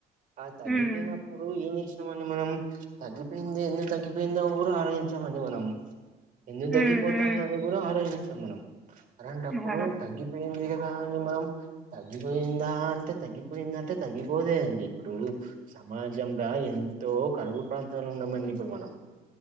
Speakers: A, on the right; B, in the centre.
A: ఆ తగ్గిపోయినప్పుడు
B: హ్మ్
A: ఏం చేసినామండీ మనం తగ్గిపోయింది ఏంది తగ్గిపోయింద కూడా ఆలోచించామ అండి మనం ఎందు
B: ఉమ్
A: తగ్గిపోతాంద
B: ఉమ్
A: అని కూడా ఆరోచించాం మనం అలాంటప్పుడు
B: అవును
A: తగ్గిపోయింది గద దాని మనం తగ్గిపోయిందా అంటే తగ్గిపోయిందా అంటే తగ్గిపోలేదండి ఇప్పుడు సమాజంగా ఎంతో కరువు ప్రాంతాలు ఉన్నామండి ఇప్పుడు మనం